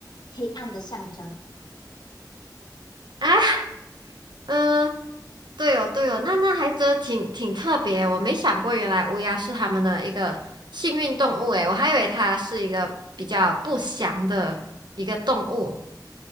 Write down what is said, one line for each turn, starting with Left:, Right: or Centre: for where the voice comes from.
Left: 黑暗的象征。
Right: 啊。嗯，对哦，对哦，那那还真的挺挺特别，我没想过原来乌鸦是他们的一个幸运动物诶，我还以为它是一个比较不祥的一个动物。